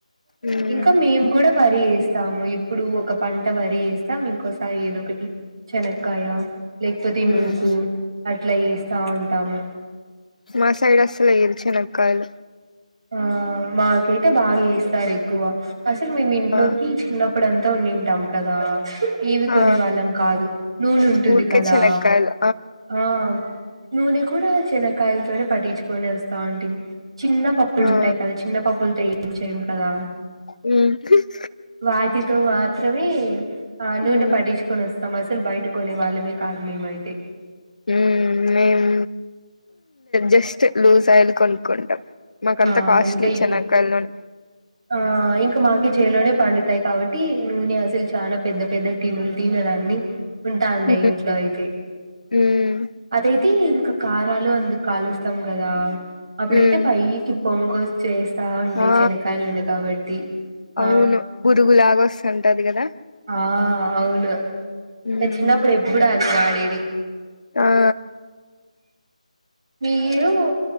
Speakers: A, on the left; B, on the right.
A: మ్మ్
B: ఇంకా మేము కూడా వరి వేస్తాము ఇప్పుడు ఒక పంట వరి వేస్తాం ఇంకోసారి ఏదో ఒకటి శనకాయ లేకపోతే
A: మ్మ్
B: నుూ్గు అట్లా వేస్తా ఉంటాము
A: మ సలు ఇరుచన కాాల
B: ఆ మాకైతే బాగా ఇస్తారు ఎక్కువ అసలు మేము ఇంట్లోకి
A: ఆ
B: చిన్నప్పుడు అంతాంటాం కదా ఏవి కొనే
A: ఆ
B: వాళ్ళం కాదు నూనె ఉంటుంది
A: ఊరికే
B: కదా
A: చెనక్కాయలు
B: ఆ నూనె కూడా శనకాయలతోనే పట్టించుకొని వస్తాంటిమి చిన్న పప్పులు
A: ఆ
B: ఉంటాయి కదా చిన్న పప్పులతో ఏం చేయ్యము కదా
A: మ్
B: వాటితో మాత్రమే ఆ నూనె
A: మ్మ్
B: పడించుకొని వస్తాం అస్ అసలు బయటకోనే వాళ్ళమే కాదు మేమైతే
A: హుమ్ మేం జస్ట్ లూజ్ ఆయిల్ కొనుక్కుంటాం మాక్
B: ఆ
A: అంత కాస్ట్లీ
B: ఇంకా ఇప్పుడు
A: చెనకాయ్ లన్
B: ఆ ఇంకా మాకి చేలోనే పండుతాయి కాబట్టి నూనె అసలు చాలా పెద్ద పెద్ద టినులు టిన్ దాన్ని ఉంటా అంటాయ్
A: మ్మ్
B: ఇంట్లో అయితే
A: మ్మ్
B: అదైతే ఇం కారాలు అందుకాలుస్తాం కదా అప్పుడైతే
A: మ్మ్
B: పై్కి పొంగోచేస్త ఉండయ్
A: ఆ
B: చేన కయలుడి కాబట్టి ఆ
A: అవును పురుగులాగా వస్తుంటది కదా
B: ఆ అవును
A: మ్మ్
B: చిన్నప్పుడు ఎప్పుడు అది వాడేది
A: ఆ
B: మీరు